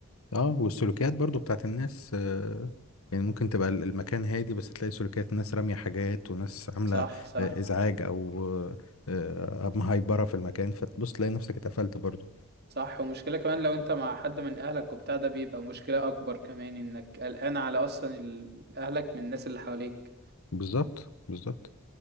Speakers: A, on the left; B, on the right.
A: اه والسلوكيات برضو بتاعت الناس آه، يعني ممكن تبقى ال- المكان هادي بس تلاقي سلوكيات ناس رامية حاجات وناس عاملة
B: صح صح
A: آه، إزعاج أو آه، آه، مهايبرة في المكان فتبص تلاقي نفسك اتقفلت برضو
B: صح ومشكلة كمان لو انت مع حد من اهلك وبتاع ده بيبقى مشكلة اكبر كمان انك قلقان على اصلا ال- اهلك من الناس اللي حواليك
A: بالظبط بالظبط